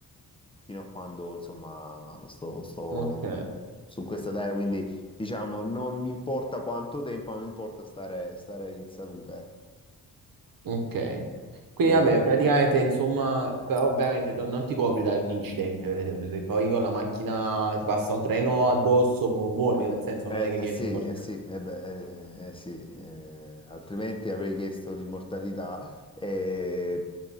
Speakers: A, on the left (about 15°); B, on the right (about 75°).
A: fino a quando, insomma, sto, sto
B: Ok,
A: su questa terra, quindi diciamo, non mi importa quanto tempo, ma mi importa stare, stare in salute,
B: ok. Quindi
A: ecco.
B: vabbè, praticamente insomma, però ovviamente no- non ti copri da un incidente, per esempio, se poi con la macchina ti passa un treno addosso, mu- muori, nel senso
A: Eh,
B: non è che diventi
A: eh sì,
B: immortale.
A: eh sì, eh beh, eh, eh sì, eh, altrimenti avrei chiesto l'immortalità, eh,